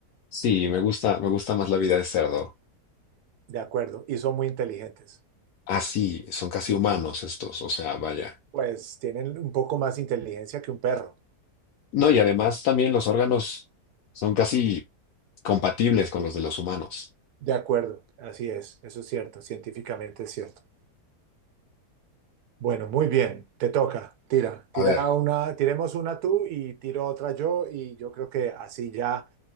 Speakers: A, on the left (about 75°); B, on the right (about 70°).
A: Sí, me gusta, me gusta más la vida de cerdo.
B: de acuerdo. Y son muy inteligentes.
A: Así, son casi humanos estos, o sea, vaya.
B: Pues tienen un poco más inteligencia que un perro.
A: No, y además también los órganos son casi compatibles con los de los humanos.
B: De acuerdo, así es. Eso es cierto, científicamente es cierto. Bueno, muy bien, te toca. Tira, tira
A: A ver,
B: una, tiremos una tú y tiro otra yo y yo creo que así ya